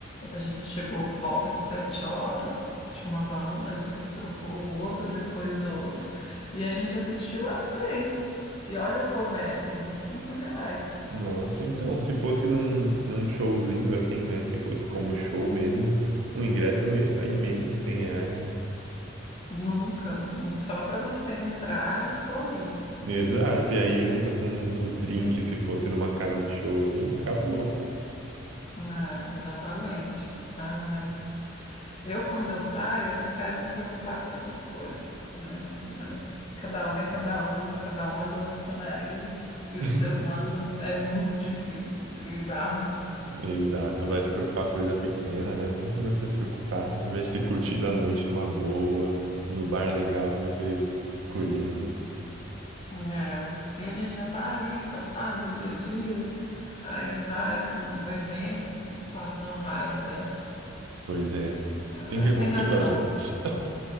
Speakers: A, on the left; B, on the right.
A: A gente chegou por volta de sete horas, tinha uma banda, e depois trocou outra, depois outra. E a gente assistiu as três. E olha o couvert, 25 reais.
B: Nossa, então, se fosse num, num showzinho assim, né? Se fosse como show mesmo, o ingresso não ia sair menos de 100 reais, né?
A: Nunca, nu- só para você entrar e sorrir.
B: Exato, e aí junta com os drinks, se fosse numa casa de show assim, acabou.
A: É, exatamente. Ah, mas Eu, quando eu saio, eu não quero me preocupar com essas coisas, né? Mas cada um é cada um, cada um é dono do seu nariz, e o
B: <laughs>
A: ser humano é muito difícil de se lidar,
B: Exato, vai se preocupar com coisa pequena, né? Tanta coisa pra se preocupar, em vez de ter curtido a noite numa boa, no bar legal que você escolheu.
A: né? E a gente já está ali, cansado do dia a dia, aí vai para um evento e passa uma raiva dessa.
B: Pois é,
A: Ah,
B: tem
A: Aí
B: que acontecer
A: tem nada
B: com a
A: não.
B: gente.